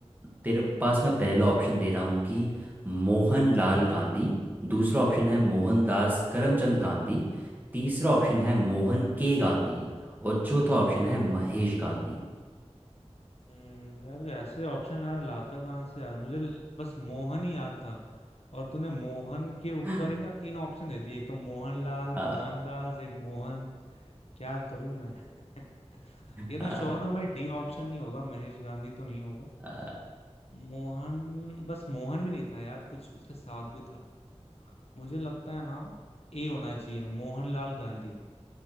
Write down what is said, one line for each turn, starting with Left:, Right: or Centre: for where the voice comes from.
Right: तेरे पास मैं पहला ऑप्शन दे रहा हूँ कि मोहन लाल गांधी दूसरा ऑप्शन
Left: हम्म
Right: है मोहनदास करमचंद गांधी तीसरा ऑप्शन है मोहन के गांधी और चौथा ऑप्शन है महेश गांधी
Left: हम्म, यार ऐसे ऑप्शन यार लाता कहाँ से यार मुझे ल- बस मोहन ही याद था और तूने मोहन के ऊपर
Right: <laughs>
Left: ही ना तीन ऑप्शन दे दिए एक तो मोहनलाल
Right: आ,
Left: मोहनदास एक मोहन क्या करूं मैं <laughs> ये
Right: आ,
Left: तो शोरों में डी ऑप्शन नहीं होगा महेश गांधी तो नहीं होगा
Right: आ,
Left: मोहन बस मोहन भी नहीं था यार कुछ उसके साथ भी था मुझे लगता है ना ए होना चाहिए मोहनलाल गांधी